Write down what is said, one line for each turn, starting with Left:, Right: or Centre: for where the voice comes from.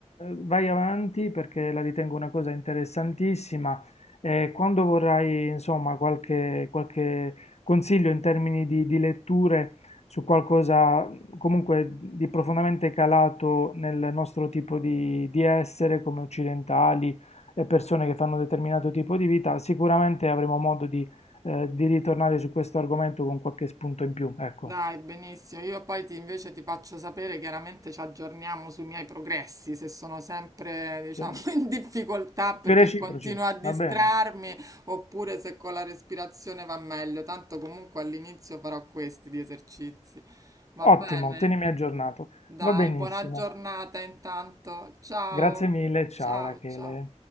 Left: vai avanti perché la ritengo una cosa interessantissima e quando vorrai, insomma, qualche, qualche consiglio in termini di di letture su qualcosa comunque di profondamente calato nel nostro tipo di, di essere come occidentali e persone che fanno un determinato tipo di vita, sicuramente avremo modo di, eh, di ritornare su questo argomento con qualche spunto in più, ecco,
Right: Dai, benissimo. Io poi ti- invece ti faccio sapere, chiaramente ci aggiorniamo sui miei progressi, se sono sempre, diciamo,
Left: sui
Right: <laughs> in difficoltà perché
Left: sui reciproci,
Right: continuo a distrarmi,
Left: va bene?
Right: oppure se con la respirazione va meglio. Tanto comunque all'inizio farò questi di esercizi. Va
Left: Ottimo,
Right: bene?
Left: tienimi aggiornato,
Right: Dai,
Left: va benissimo.
Right: buona giornata intanto. Ciao.
Left: Grazie mille, ciao
Right: Ciao,
Left: Rachele.
Right: ciao.